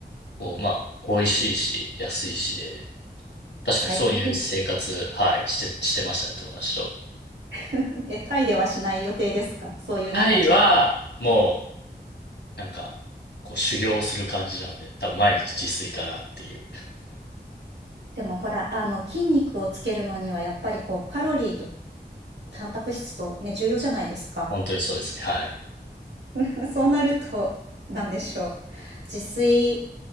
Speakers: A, on the left; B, on the right.
A: こう、まあ、美味しいし、安いしで、確かにそういう生活、
B: 最高ですね。
A: はい、して、してましたね、友達と。
B: <laughs> え、タイではしない予定ですかそういうなんかちょっと。
A: タイは、もう、なんか、こう、修行する感じなので、多分毎日自炊かなっていう。
B: でもほら、あの、筋肉をつけるのにはやっぱりこう、カロリーとタンパク質とね、重要じゃないですか。
A: 本当にそうですね、はい。
B: <laughs> そうなると、なんでしょう。自炊、